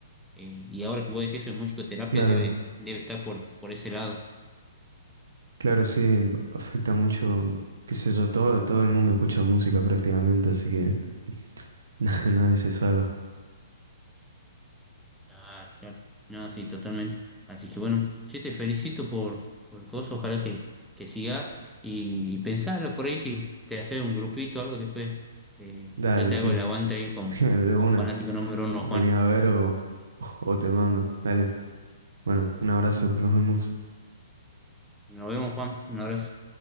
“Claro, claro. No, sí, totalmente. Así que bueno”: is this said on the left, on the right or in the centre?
Centre